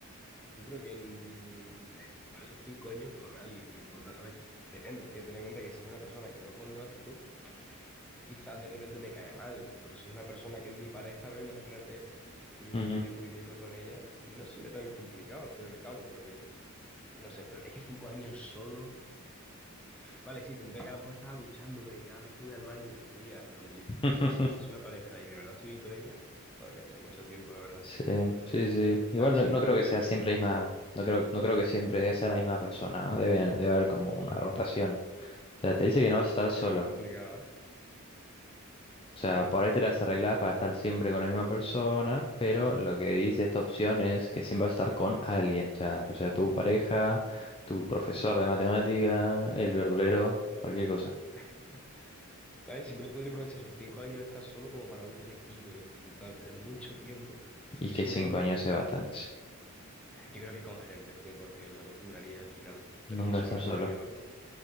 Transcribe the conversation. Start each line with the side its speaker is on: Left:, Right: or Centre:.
Centre: Yo creo que en estar esos cinco años con alguien, no importa. A ver, depende, es que ten en cuenta que si es una persona que no conozco, quizás de repente me cae mal, pero si es una persona que es mi pareja, no imagínate que llevo
Left: Ujú.
Centre: mucho tiempo viviendo con ella, no sería tan complicado al fin y al cabo, porque no sé, pero es que cinco años solo, vale, sí, tendría que a lo mejor estar duchándome cada vez que voy al baño, estaría, pero hombre, yo
Left: <laughs>
Centre: creo que si fuese una pareja y de verdad estoy bien con ella, podría estar mucho tiempo, la verdad.
Left: Sí, sí, sí. Igual
Centre: Ah, sí,
Left: no, no creo
Centre: yo creo
Left: que sea
Centre: que prefiero
Left: siempre la
Centre: esa.
Left: misma, no creo, no creo que siempre sea la misma persona, ¿no? Debe, debe haber como una rotación. O sea, te dice
Centre: Uf,
Left: que no vas a estar
Centre: entonces
Left: solo.
Centre: ya es más complicado, ¿eh?
Left: O sea,
Centre: Uf,
Left: por ahí te las arreglas para estar siempre con la misma persona, pero lo que dice esta opción es que siempre vas a estar con alguien, o sea, o sea, tu pareja, tu profesor
Centre: claro.
Left: de matemática, el verdulero, cualquier cosa.
Centre: <laughs> Ay, siempre podría aprovechar esos cinco años de estar solo como para un retiro espiritual, pero es mucho tiempo. Si
Left: Y
Centre: fuese
Left: que cinco
Centre: un año,
Left: años es bastante, sí.
Centre: ah, yo creo que con gente, 100%, me acostumbraría al final.
Left: Nunca
Centre: Pero es que solo
Left: estar
Centre: me
Left: solo.
Centre: volvería loco.